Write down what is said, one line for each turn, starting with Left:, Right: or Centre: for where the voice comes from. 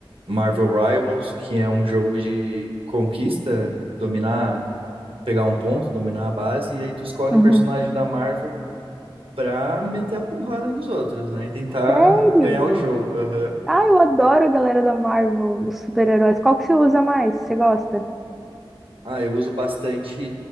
Right: Marvel Rivals, que é um jogo de conquista, dominar, pegar um ponto, dominar a base, e aí tu escolhe
Centre: uhum.
Right: um personagem da Marvel pra meter a porrada nos outros, né? E tentar
Centre: Sério?
Right: ganhar o jogo. Aham.
Centre: Ah, eu adoro a galera da Marvel, os super-heróis. Qual que você usa mais? Você gosta?
Right: Ah, eu uso bastante